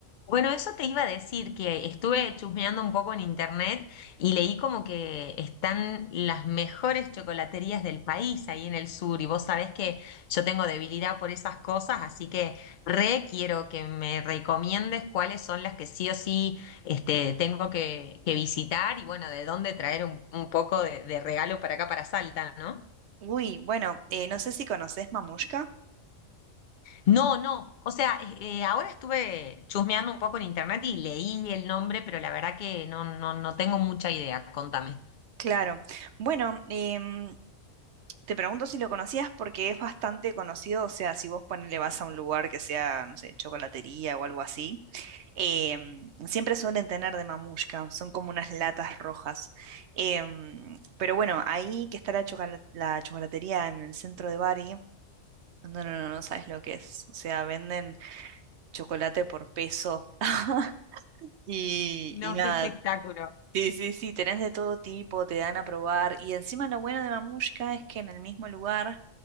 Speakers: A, on the left; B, on the right.
A: bueno, eso te iba a decir, que estuve chusmeando un poco en internet y leí como que están las mejores chocolaterías del país ahí en el sur y vos sabés que yo tengo debilidad por esas cosas, así que re quiero que me recomiendes cuáles son las que sí o sí este, tengo que, que visitar y bueno, de dónde traer un, un poco de, de regalo para acá, para Salta, ¿no?
B: Uy, bueno, eh, no sé si conoces Mamushka.
A: No, no. O sea, eh, eh, ahora estuve chusmeando un poco en internet y leí el nombre, pero la verdad que no, no, no tengo mucha idea. Contame.
B: Claro. Bueno, em, Te pregunto si lo conocías porque es bastante conocido, o sea, si vos ponele vas a un lugar que sea, no sé, chocolatería o algo así, em, siempre suelen tener de mamushka, son como unas latas rojas. Em, pero bueno, ahí que está la, chocola- la chocolatería en el centro de Bari, no, no, no, no sabes lo que es, o sea, venden chocolate por peso. <laughs> Y,
A: No,
B: y nada,
A: qué espectáculo.
B: sí, sí, sí, tenés de todo tipo, te dan a probar. Y encima lo bueno de Mamushka es que en el mismo lugar